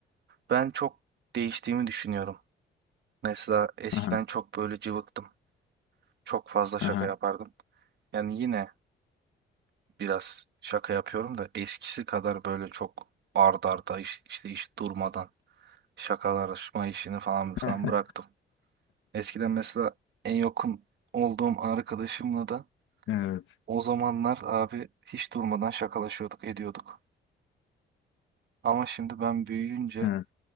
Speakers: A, on the right; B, on the left.
A: ben çok değiştiğimi düşünüyorum. Mesela eskiden
B: Aha.
A: çok böyle cıvıktım. Çok fazla şaka
B: Aha.
A: yapardım. Yani yine biraz şaka yapıyorum da eskisi kadar böyle çok ard arda iş- işte iş durmadan şakalaşma işini falan falan
B: <laughs>
A: bıraktım. Eskiden mesela en yakın olduğum arkadaşımla da
B: Evet.
A: O zamanlar abi hiç durmadan şakalaşıyorduk, ediyorduk. Ama şimdi ben büyüyünce
B: Evet.